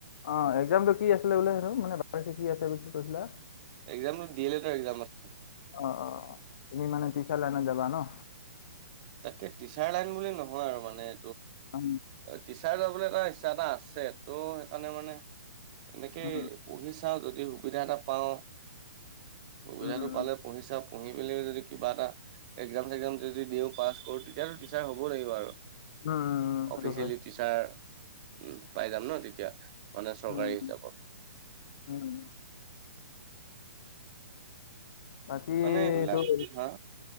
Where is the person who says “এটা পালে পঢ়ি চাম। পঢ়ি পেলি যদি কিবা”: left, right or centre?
Right